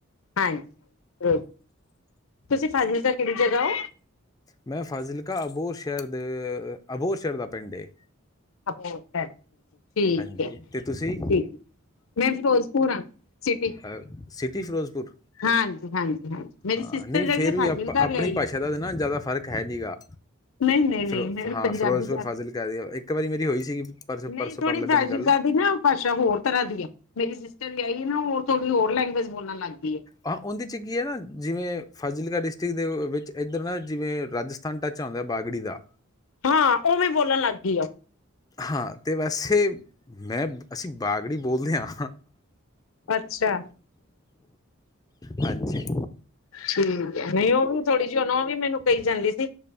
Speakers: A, on the left; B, on the left.
A: ਹਾਂਜੀ ਓ ਤੁਸੀਂ ਫਾਜ਼ਿਲਕਾ ਕਿਹੜੀ ਜਗ੍ਹਾ ਓ?
B: ਮੈਂ ਫਾਜ਼ਿਲਕਾ ਅਬੋਰ ਸ਼ਹਿਰ ਦੇ ਅਬੋਰ ਸ਼ਹਿਰ ਦਾ ਪਿੰਡ ਏ।
A: ਅੱਛਾ! ਠੀਕ
B: ਹਾਂਜੀ
A: ਐ
B: ਤੇ ਤੁਸੀਂ
A: ਠੀਕ ਮੈਂ ਫਿਰੋਜ਼ਪੁਰ ਆਂ ਸਿਟੀ
B: ਅ ਸਿਟੀ ਫਿਰੋਜ਼ਪੁਰ?
A: ਹਾਂਜੀ ਹਾਂਜੀ ਹਾਂਜੀ ਮੇਰੀ
B: ਹਾਂ
A: ਸਿਸਟਰ
B: ਨਹੀਂ
A: ਜਿਹੜੀ
B: ਫੇ਼ਰ
A: ਹੈ ਫਾਜ਼ਿਲਕਾ
B: ਵੀ ਆਪ ਆਪਣੀ
A: ਵਿਆਹੀ
B: ਭਾਸ਼ਾ
A: ਹੈ।
B: ਦਾ ਨਾ ਜ਼ਿਆਦਾ ਫ਼ਰਕ ਕਹਿ ਦੇਗਾ
A: ਨਹੀਂ ਨਹੀਂ ਨਹੀਂ
B: ਫਿਰੋ
A: ਮੈਂ
B: ਹਾਂ
A: ਪੰਜਾਬੀ
B: ਫਿਰੋਜ਼ਪੁਰ
A: ਜਾ
B: ਫਾਜ਼ਿਲਕਾ ਦਿਓ ਇੱਕ ਵਾਰੀ ਮੇਰੀ ਹੋਈ ਸੀਗੀ ਪਰਸੋਂ
A: ਨਹੀਂ
B: -ਪਰਸੋਂ
A: ਥੋੜ੍ਹੀ
B: ਪਰਲੇ ਦਿਨੀ
A: ਫਾਜ਼ਿਲਕਾ
B: ਗੱਲ
A: ਦੀ ਨਾ ਭਾਸ਼ਾ ਹੋਰ ਤਰ੍ਹਾਂ ਦੀ ਐ ਮੇਰੀ ਸਿਸਟਰ ਵਿਆਈ ਨਾ ਹੋਰ ਥੋੜ੍ਹੀ ਹੋਰ ਲੈਂਗੁਏਜ਼ ਬੋਲਣ ਲੱਗ ਗੀ ਐ
B: ਹਾਂ ਉਹਦੇਂ 'ਚ ਕੀ ਐ ਨਾ ਜਿਵੇਂ ਫਾਜ਼ਿਲਕਾ ਡਿਸਟਿਕ ਦੇ ਵਿੱਚ ਇੱਧਰ ਨਾ ਜਿਵੇਂ ਰਾਜਸ ਫਨ ਟੱਚ ਆਉਂਦਾ ਬਾਗੜੀ ਦਾ।
A: ਹਾਂ ਓਵੇਂ ਬੋਲਣ ਲੱਗ ਗਈ ਆ
B: ਹਾਂ ਤੇ ਵੈਸੇ ਮੈਂ ਅਸੀਂ ਬਾਗੜੀ ਬੋਲਦੇ ਆਂ।
A: ਅੱਛਾ!
B: ਹਾਂਜੀ।
A: ਠੀਕ ਐ ਨਈਂ ਉਹ ਵੀ ਥੋੜੀ-ਜਿਹੀ ਉਹਨੂੰ ਉਹ ਵੀ ਮੈਨੂੰ ਕਹੀ ਜਾਂਦੀ ਸੀ